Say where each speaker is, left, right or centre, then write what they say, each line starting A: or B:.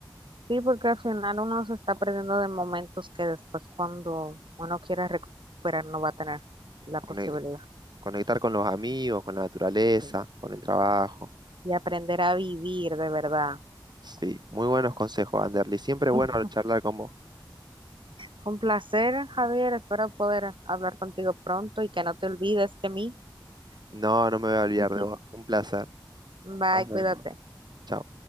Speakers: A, on the right; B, on the right.
A: Sí, porque al final uno se está perdiendo de momentos que después cuando uno quiera recuperar no va a tener la posibilidad.
B: Cone- Conectar con los amigos, con la naturaleza,
A: Y
B: con el trabajo.
A: y aprender a vivir de verdad.
B: Sí, muy buenos consejos, Anderly. Siempre bueno
A: <laughs>
B: charlar con vos.
A: Fue un placer, Javier. Espero poder hablar contigo pronto y que no te olvides de mí.
B: No, no me voy a olvidar
A: <laughs>
B: de vos. Un placer.
A: Bye,
B: Nos vemos.
A: cuídate.
B: Chao.